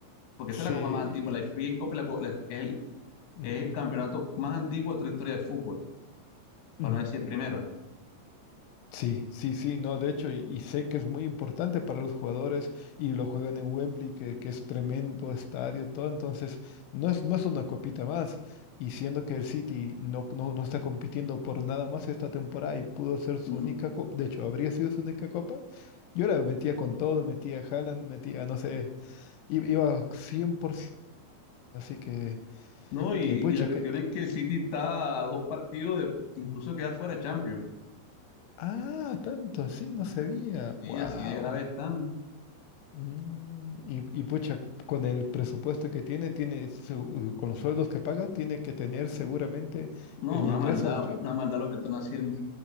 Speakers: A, on the left (about 70°); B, on the left (about 85°).
A: Porque
B: sí,
A: esa es la copa más antigua, la FA Cup es, la co- la- es el,
B: mm,
A: es el campeonato más antiguo de toda la historia del fútbol, para
B: mm,
A: no decir el primero.
B: sí, sí, sí, no, de hecho, y, y sé que es muy importante para los jugadores y lo juegan en Wembley, que, que es tremendo estadio, todo, entonces no es, no es una copita más. Y siendo que el City no, no, no está compitiendo por nada más esta temporada y pudo ser su
A: Mm,
B: única copa, de hecho, habría sido su única copa, yo la metía con todo, metía a Haaland, metía, no sé, i- iba 100%. Así que,
A: No, y,
B: que pucha,
A: y la cuestión
B: que...
A: es que el City está a dos partidos de incluso quedar fuera de Champions.
B: Ah, tanto así, no sabía.
A: Y
B: Wow.
A: así de grave están.
B: y, y pucha, cu- con el presupuesto que tiene, tiene su- con los sueldos que paga, tiene que tener seguramente
A: No,
B: el
A: una
B: ingreso
A: maldad,
B: de Champions.
A: una maldad lo que están haciendo.